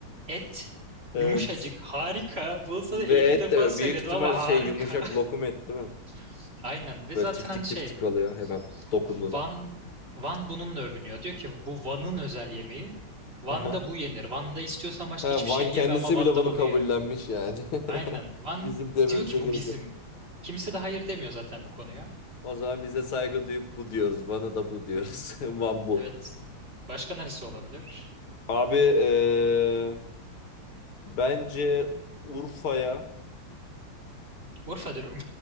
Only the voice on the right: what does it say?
Et
yumuşacık harika. Bunu sana
50
defa
söyledim
ama harika.
<laughs> Aynen ve
zaten
hani şey
Van
Van bununla övünüyor. Diyor ki bu Van'ın özel yemeği. Van'da
bu yenir. Van'da istiyorsan başka
hiçbir
şey yeme
ama Van'da
bunu
ye.
Aynen. Van
diyor ki bu
bizim.
Kimse de hayır demiyor zaten bu konuya.
Hı hı.
Evet. Başka neresi olabilir?
Urfa dürüm.